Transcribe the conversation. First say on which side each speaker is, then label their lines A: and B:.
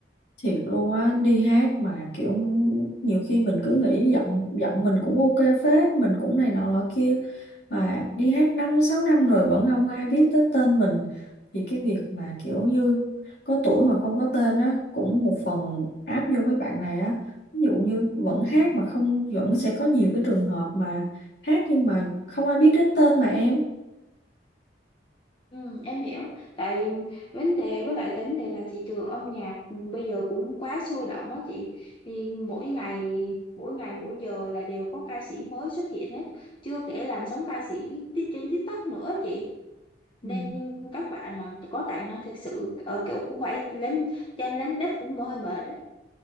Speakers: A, on the left; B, on the left.
A: thiệt luôn á đi hát mà kiểu nhiều khi mình cứ nghĩ giọng giọng mình cũng ok phết mình cũng này nọ lọ kia mà đi hát năm sáu năm rồi vẫn không ai biết tới tên mình thì cái việc mà kiểu như có tuổi mà không có tên á cũng một phần áp vô mấy bạn này á ví dụ như vẫn hát mà không vẫn sẽ có nhiều cái trường hợp mà hát nhưng mà không ai biết đến tên mà em
B: Ừ, em hiểu. Tại vấn đề với lại tại vấn đề là thị trường âm nhạc bây giờ cũng quá sôi động á chị. Thì mỗi ngày mỗi ngày mỗi giờ là đều có ca sĩ mới xuất hiện hết. Chưa kể làn sóng ca sĩ ti- trên TikTok nữa chị. Nên
A: Ừ.
B: các bạn mà có tài năng thực sự ờ, kiểu cũng phải lên trên lánh đất cũng hơi mệt đấy.